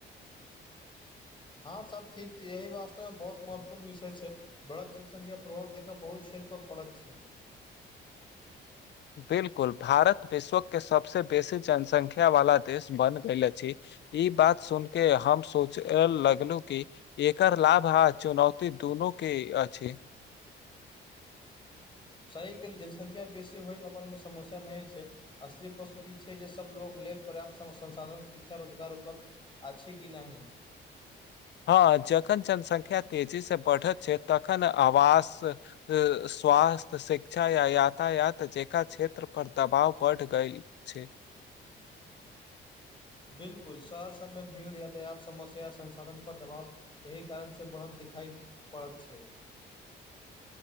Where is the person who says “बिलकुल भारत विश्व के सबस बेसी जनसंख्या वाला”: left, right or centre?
Left